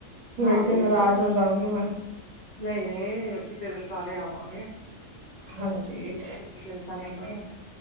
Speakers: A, on the right (about 80°); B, on the left (about 55°).
A: ਨਹੀਂ
B: ਹਾਂ
A: ਤੇ
B: ਬਿਲਕੁਲ
A: ਨਾਰਾਜ਼ ਹੋ ਜਾਗੀ ਮੈਂ
B: ਨਹੀਂ ਨਹੀਂ ਅਸੀਂ ਉਥੇ ਤਾਂ ਸਾਰੇ ਆਵਾਂਗੇ
A: ਹਾਂਜੀ
B: ਤੁਸੀਂ ਚਿੰਤਾ ਨਾ ਕਰੋ